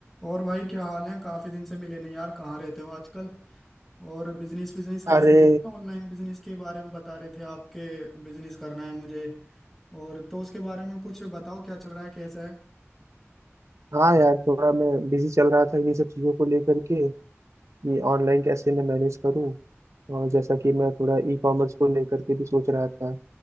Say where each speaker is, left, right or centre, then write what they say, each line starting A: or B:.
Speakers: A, in the centre; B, on the right.
A: और भाई क्या हाल है काफी दिन से मिले नहीं यार कहाँ रहते हो आजकल और बिजनेस बिजनेस कैसा
B: अरे
A: चल रहा है ऑनलाइन बिजनेस के बारे में बता रहे थे आपके बिजनेस करना है मुझे और तो उसके बारे में कुछ बताओ क्या चल रहा है कैसा है
B: हाँ यार थोड़ा मैं बिजी चल रहा था इन्हीं सब चीज़ों को लेकर के ये ऑनलाइन कैसे मैं मैनेज करूँ और जैसा कि मैं थोड़ा ई कॉमर्स को लेकर के भी सोच रहा था